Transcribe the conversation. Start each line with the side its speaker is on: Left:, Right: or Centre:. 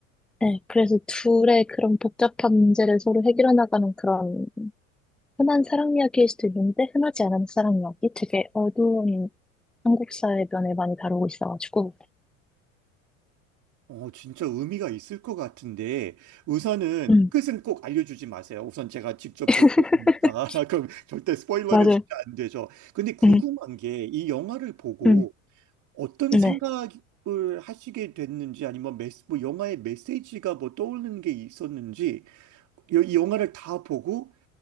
Centre: 네, 그래서 둘의 그런 복잡한 문제를 서로 해결해 나가는 그런 흔한 사랑 이야기일 수도 있는데 흔하지 않은 사랑 이야기 되게 어두운 한국 사의 면을 많이 다루고 있어가지고
Right: 어, 진짜 의미가 있을 것 같은데, 우선은
Centre: 음
Right: 끝은 꼭 알려주지 마세요. 우선 제가 직접
Centre: <laughs>
Right: 볼 거니까. <laughs> 그럼 절대 스포일러는
Centre: 맞아요
Right: 진짜 안 되죠. 근데 궁금한
Centre: 음,
Right: 게, 이 영화를 보고
Centre: 음,
Right: 어떤
Centre: 네
Right: 생각을 하시게 됐는지, 아니면 메시, 뭐 영화의 메시지가 뭐 떠오르는 게 있었는지, 여- 이 영화를 다 보고